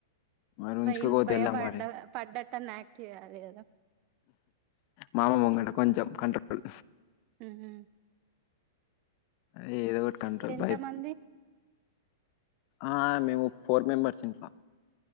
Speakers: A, on the left (about 50°); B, on the right (about 45°).
A: మరి ఉంచుకోకపోతే
B: భయం భయపడ్డ
A: ఎలా మరి
B: పడ్డట్ని యాక్ట్య్యాలి కదా
A: మామ ముంగంట కొంచెం కంట్రోల్
B: ఉహ
A: అదే ఏదో ఒకటి కంట్రోల్
B: మీరెంత
A: భయం
B: మంది
A: ఆ మేము ఫోర్ మెంబర్స్ ఉంటాం